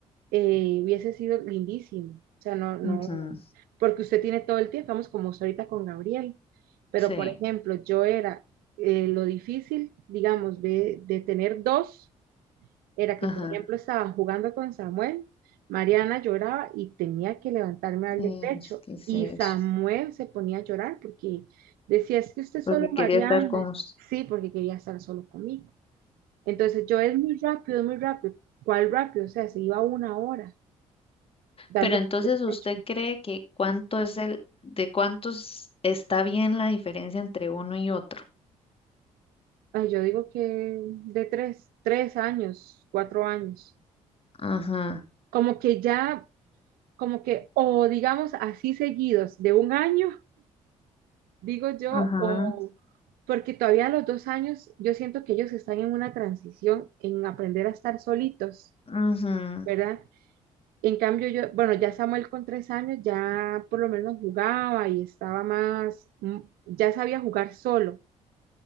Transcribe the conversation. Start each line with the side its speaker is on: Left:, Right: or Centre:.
Right: eh, hubiese sido lindísimo. O sea, no, no,
Left: ujú,
Right: porque usted tiene todo el tiempo, vamos como usted ahorita con Gabriel. Pero,
Left: sí,
Right: por ejemplo, yo era eh, lo difícil, digamos, de, de tener dos era
Left: ajá,
Right: que, por ejemplo, estaba jugando con Samuel, Mariana lloraba y tenía que levantarme a darle
Left: es
Right: pecho.
Left: que es
Right: Y
Left: eso,
Right: Samuel se ponía a llorar porque decía, es que usted solo
Left: porque
Right: Mariana.
Left: quería estar con usted.
Right: Sí, porque quería estar solo conmigo. Entonces yo es muy rápido, es muy rápido. ¿Cuál rápido? O sea, se iba una hora dando
Left: Pero entonces,
Right: el pecho.
Left: ¿usted cree que cuánto es el, de cuántos está bien la diferencia entre uno y otro?
Right: Ay, yo digo que de tres, tres años, cuatro años.
Left: Ajá,
Right: Como que ya, como que, o digamos así seguidos, de un año digo yo,
Left: ajá,
Right: o porque todavía a los dos años yo siento que ellos están en una transición en aprender a estar solitos,
Left: ajá,
Right: ¿verdad? En cambio yo, bueno, ya Samuel con tres años ya por lo menos jugaba y estaba más, mm, ya sabía jugar solo,